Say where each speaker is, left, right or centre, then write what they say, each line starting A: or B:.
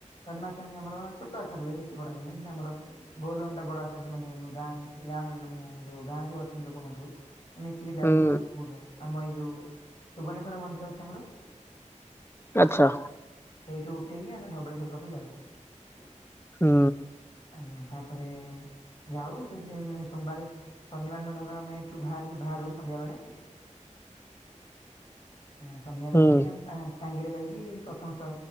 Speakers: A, on the left; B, on the left.
A: ଜନ୍ମାଷ୍ଟମୀ ଆମର ଛୋଟ ଆକାରରେ ବେଶୀ ବଡାଆକା ନାହିଁ କିନ୍ତୁ ଆମର ବୋଲବମ ଟା ବଡ ଆକାଶ ମାନେ ଗାଁ ମିଶି ଗଁ ମାନେ ଆମ ଯୋଉ ଗାଁ ଯୋଉ ଅଛନ୍ତି ଲୋକମାନେ ସବୁ ଆ ମିଶିକି ଯାଆନ୍ତୁ
B: ହୁଁ
A: ଆମ ସ କଉଠୁ ଆମ ଏଇ ଯୋଉ ସୁୁବନେଶ୍ୱର ମନ୍ଦିର ଅଛି ଆମର
B: ଆଚ୍ଛା।
A: ସେଇଠୁ ଉଠେଇକି ଆମେ ଧବଳେଶ୍ଵର ପାଖକୁ ଯାଉ।
B: ହଁ।
A: ଆଜ୍ଞା ତାପରେ ଯାଉ ସେଦେ ସୋମବାରେ ଶନିବାର ଧର ଆମେ ଏଠୁ ବାହାରି ବାହାରୁ ସନ୍ଧ୍ୟା ବେଳେ ଆଃ ସନ୍ଧ୍ୟାରେ
B: ହୁଁ
A: ମାରିକି ଆମେ ଟାଙ୍ଗିରେ ଯାଇକି ପ୍ରଥମ ଷ୍ଟ